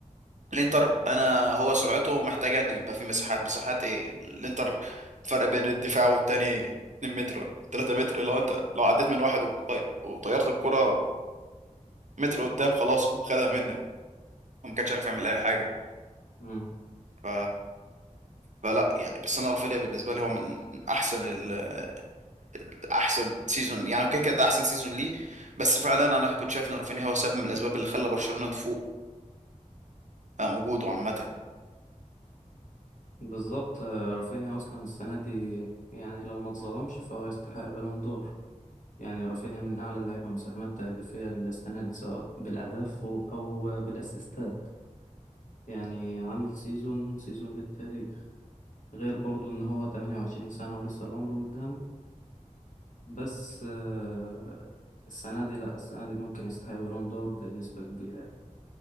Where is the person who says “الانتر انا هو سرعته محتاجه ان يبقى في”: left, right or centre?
Right